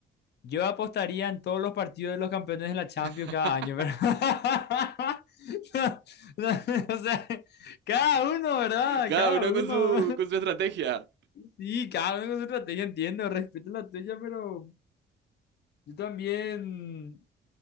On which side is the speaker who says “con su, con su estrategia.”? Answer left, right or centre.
Right